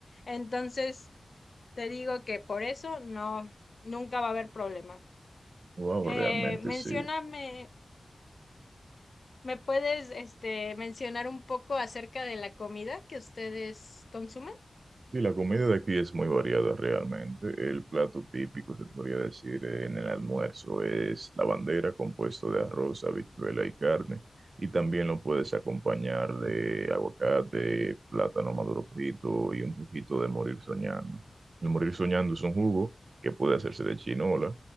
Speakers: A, on the left; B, on the right.
A: Entonces, te digo que por eso no, nunca va a haber problema.
B: Wow,
A: Eh,
B: realmente
A: mencióname.
B: sí.
A: ¿Me puedes, este, mencionar un poco acerca de la comida que ustedes consumen?
B: Sí, la comida de aquí es muy variada realmente. El plato típico, se podría decir, eh, en el almuerzo es la bandera compuesto de arroz, habichuela y carne. Y también lo puedes acompañar de aguacate, plátano maduro frito y un poquito de morir soñando. El morir soñando es un jugo que puede hacerse de chinola